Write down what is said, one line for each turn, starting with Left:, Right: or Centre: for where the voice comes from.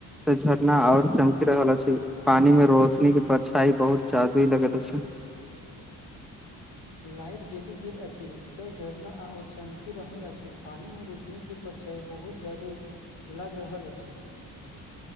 Centre: तऽ झरना और चमकि रहल अछि पानि में रोशनी क परछाइ बहुत जादूई लगैत अछि
Left: लाइट जलि गेल अछि ते झरना आओर चमकि रहल अछि पानि में रोशनी के परिछाइ बहुत जादुई लग रहल अछि